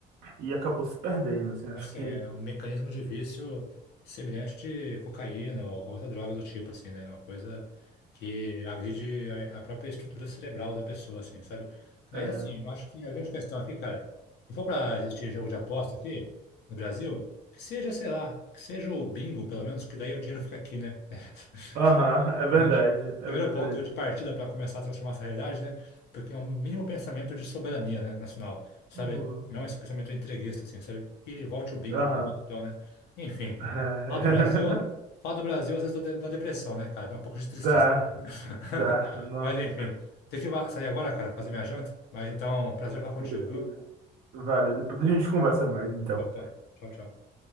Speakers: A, on the right (about 65°); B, on the left (about 80°).
A: e acabou se perdendo, assim, acho
B: Nossa,
A: que
B: é um mecanismo de vício semelhante de cocaína ou qualquer outra droga do tipo, assim, né? É Uma coisa que agride a a própria estrutura cerebral da pessoa, assim, sabe? Daí,
A: é.
B: assim, eu acho que a grande questão aqui, cara, se for para existir jogo de aposta aqui no Brasil, que seja, sei lá, que seja o bingo, pelo menos, que daí o dinheiro fica aqui, né? <laughs>
A: Aham, é verdade,
B: né? Acho que o
A: é
B: primeiro
A: verdade.
B: ponto de partida para começar a transformar essa realidade, né? Porque é um mínimo pensamento de soberania, né, nacional, sabe?
A: Boa.
B: Não esse pensamento entreguista, assim, sabe? Que volte o bingo,
A: Aham.
B: pelo menos, então, né? Enfim,
A: É.
B: falar do Brasil,
A: <laughs>
B: falar do Brasil às vezes dá, de- dá depressão, né, cara? Dá um pouco de tristeza.
A: Dá,
B: <laughs>
A: dá, nossa.
B: Mas, enfim, tem que va- sair agora, cara, fazer minha janta. Mas, então, prazer falar contigo,
A: Beleza.
B: viu?
A: Valeu, depois a gente conversa mais, então.
B: Opa, tchau, tchau.